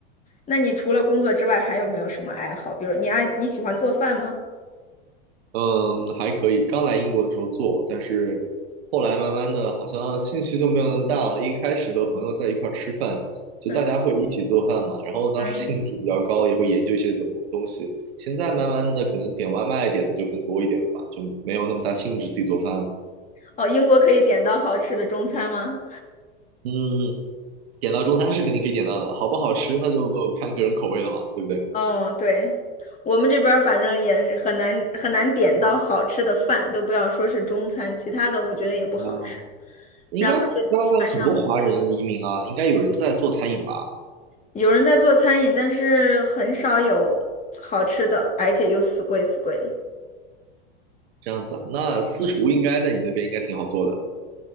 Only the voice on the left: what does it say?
那你除了工作之外，还有没有什么爱好？比如你爱你喜欢做饭吗？
嗯
嗯，
哦，英国可以点到好吃的中餐吗？
嗯，对，我们这边儿反正也是很难很难点到好吃的饭，都不要说是中餐，其他的我觉得也不好吃。
然后就基本上
有人在做餐饮，但是很少有好吃的，而且又死贵死贵的。